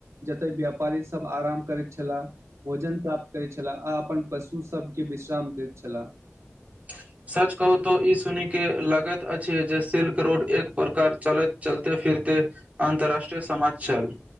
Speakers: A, on the right (about 85°); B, on the right (about 30°).
A: जते व्यापारी सब आराम करैत छलाह। भोजन प्राप्त करैत छलाह आ अपन पशु सबके। विश्राम दैत छलाह।
B: <unintelligible> सच कहू तो ई सुन के लागैत अछि जे सिल्क रोड एक प्रकार चलैत, चलते फिर। अन्तराष्ट्रीय समाज छल।